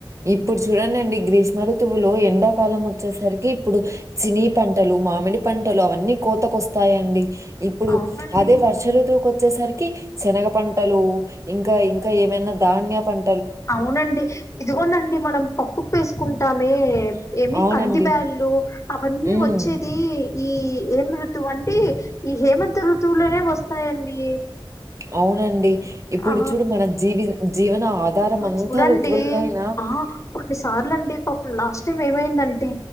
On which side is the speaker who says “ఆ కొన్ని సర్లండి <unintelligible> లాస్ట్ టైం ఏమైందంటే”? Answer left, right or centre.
Left